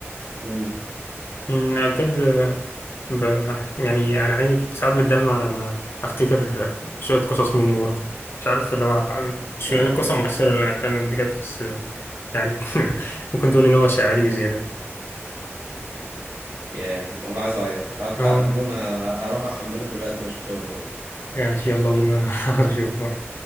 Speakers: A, on the right; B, on the left.
A: امم
B: أمم، أنا بجد ب... يعني أنا عيني ساعات بتدمع لما أفتكر شوية قصص منه برضه مش عارف اللي هو مش
A: يا
B: من القصة المؤثرة اللي كانت بجد بس يعني <laughs> ممكن تقول إن هو شاعري بزيادة
A: يا والله عايز اعيط تعال تعال
B: اه
A: يا برو انا اروح احمله دلوقتي واشوفه يا برو
B: ماشي يلا بينا <laughs> عايز أشوفه